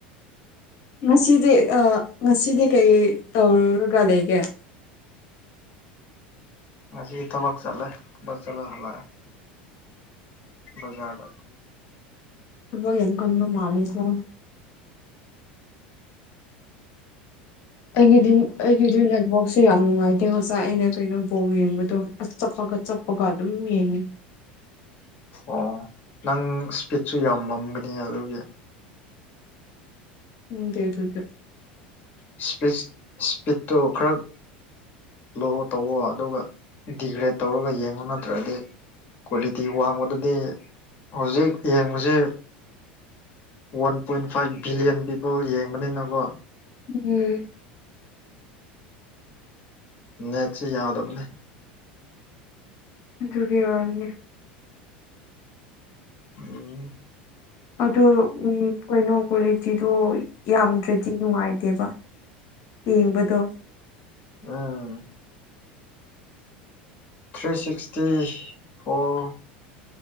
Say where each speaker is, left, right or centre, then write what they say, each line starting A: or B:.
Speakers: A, on the left; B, on the left.
A: ꯉꯁꯤꯗꯤ ꯑ ꯉꯁꯤꯗꯤ ꯀꯩ ꯇꯧꯔꯨꯔꯒ ꯂꯩꯒꯦ
B: ꯉꯁꯤ ꯊꯕꯛ ꯆꯠꯂꯦ ꯊꯛ ꯆꯠꯂꯒ ꯍꯜꯂꯛꯑꯦ ꯕꯖꯥꯔꯗ
A: ꯊꯕꯛ ꯌꯥꯝ ꯀꯟꯕ ꯃꯥꯂꯦꯀꯣ ꯑꯩꯒꯤꯗꯤ ꯑꯩꯒꯤꯗꯤ ꯅꯦꯠ ꯋꯥꯛꯁꯦ ꯌꯥꯝ ꯅꯨꯡꯉꯥꯏꯇꯦꯉꯣ ꯉꯁꯥꯏ ꯑꯩꯅ ꯊꯣꯏꯅ ꯕꯣꯜ ꯌꯦꯡꯕꯗꯣ ꯆꯞꯄꯒ ꯆꯠꯄꯒ ꯑꯗꯨꯝ ꯌꯦꯡꯉꯤ
B: ꯑꯣ ꯅꯪ ꯏꯁꯄꯤꯠꯁꯨ ꯌꯥꯝ ꯃꯝꯒꯅꯤ ꯑꯗꯨꯒꯤ
A: ꯈꯪꯗꯦ ꯑꯗꯨꯗꯤ
B: ꯏꯁꯄꯤꯠ ꯏꯁꯄꯤꯠꯇꯣ ꯈꯔ ꯂꯣꯋꯔ ꯇꯧꯋꯣ ꯑꯗꯨꯒ ꯗꯤꯒ꯭ꯔꯦꯗ ꯇꯧꯔꯒ ꯌꯦꯡꯉꯣ ꯅꯠꯇ꯭ꯔꯗꯤ ꯀ꯭ꯋꯥꯂꯤꯇꯤ ꯋꯥꯡꯕꯗꯨꯗꯤ ꯍꯧꯖꯤꯛ ꯌꯦꯡꯕꯁꯦ ꯋꯥꯟ ꯄꯣꯏꯟ ꯐꯥꯏꯚ ꯕꯤꯂꯤꯌꯟ <unintelligible> ꯌꯦꯡꯕꯅꯤꯅꯀꯣ
A: ꯎꯝ
B: ꯅꯦꯠꯁꯤ ꯌꯥꯗꯕꯅꯤ
A: ꯑꯗꯨꯒꯤ ꯑꯣꯏꯔꯝꯅꯤ
B: ꯎꯝ
A: ꯑꯗꯨ ꯎꯝ ꯀꯩꯅꯣ ꯀ꯭ꯋꯥꯂꯤꯇꯤꯗꯣ ꯌꯥꯝꯗ꯭ꯔꯗꯤ ꯅꯨꯡꯉꯥꯏꯇꯦꯕ ꯌꯦꯡꯕꯗꯣ
B: ꯎꯝ ꯊ꯭ꯔꯤ ꯁꯤꯛꯁꯇꯤ ꯐꯣꯔ